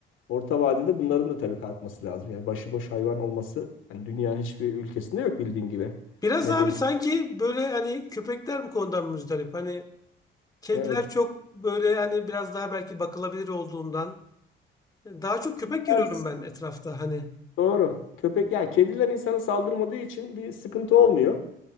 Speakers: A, on the left (about 85°); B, on the left (about 20°).
A: orta vadede bunların da tabii kalkması lazım. Yani başıboş hayvan olması hani dünyanın hiçbir ülkesinde yok bildiğin gibi.
B: Biraz
A: Medeni.
B: abi sanki böyle hani köpekler bu konudan müzdarip. Hani kediler
A: Evet.
B: çok böyle hani biraz daha belki bakılabilir olduğundan. Daha çok köpek görüyorum
A: Ters.
B: ben etrafta hani.
A: Doğru. Köpek yani kediler insana saldırmadığı için bir sıkıntı olmuyor.